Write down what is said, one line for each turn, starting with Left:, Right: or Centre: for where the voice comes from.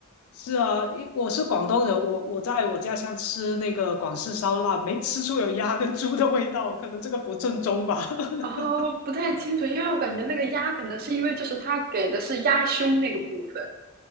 Left: 是啊，因我是广东人，我我在我家乡吃那个广式烧腊，没吃出有鸭跟猪的味道，可能这个不正宗吧。
Right: 哦，
Left: <laughs>
Right: 不太清楚，因为我感觉那个鸭可能是因为就是它给的是鸭胸那个部分，